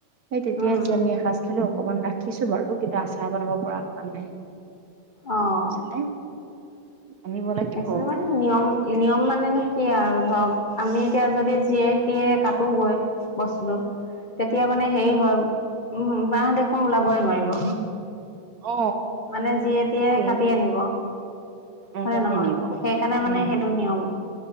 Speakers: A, on the right; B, on the left.
A: সেই তেতিয়াই
B: উম উম
A: যে আমি এসাঁজ খালো অকমান ৰাখিছো বাৰু কিন্তু আচাৰ বনাব পৰা হোৱা নাই
B: অহ
A: বুজিছানে আনিব লাগিব
B: একচেল মানে নিয়ম নিয়ম মানেনো কি আৰু ধৰক আমি এতিয়া যদি যিয়ে তিয়ে কাটোগৈ বস্তুটো তেতিয়া মানে হেৰি হয় উম বাঁহ দেখো ওলাবই নোৱাৰিব
A: অ
B: মানে যিয়ে টিয়ে
A: একেই
B: কাটি আনিব
A: অ
B: হয়নে
A: কাটি
B: নহয়
A: আনিব
B: সেইকাৰণে
A: উম
B: মানে সেইটো নিয়ম